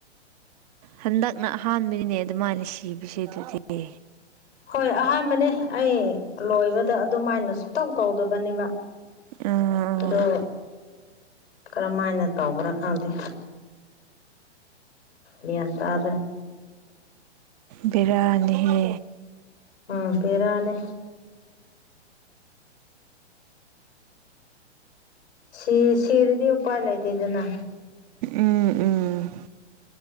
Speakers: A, on the right; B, on the left.
A: ꯍꯟꯗꯛꯅ ꯑꯍꯥꯟꯕꯒꯤꯅꯦ ꯑꯗꯨꯃꯥꯏꯅ ꯁꯤꯕꯁꯦ ꯑꯗꯨꯗꯤ
B: ꯍꯣꯏ ꯑꯍꯥꯟꯕꯅꯤ ꯑꯩ ꯂꯣꯏꯕꯗ ꯑꯗꯨꯃꯥꯏꯅ ꯁꯨꯛꯇꯧ ꯇꯧꯗꯕꯅꯦꯕ
A: ꯑꯥ
B: ꯑꯗꯨ ꯀꯔꯝꯥꯏꯅ ꯇꯧꯕ꯭ꯔꯥ ꯈꯪꯗꯦ ꯒ꯭ꯌꯥꯟ ꯇꯥꯗ꯭ꯔꯦ
A: ꯕꯤꯔꯥꯅꯤꯍꯦ
B: ꯎꯝ ꯕꯦꯔꯥꯅꯤ ꯁꯤ ꯁꯤꯔꯗꯤ ꯎꯄꯥꯏ ꯂꯩꯗ ꯏꯗꯅ
A: ꯎꯝ ꯎꯝ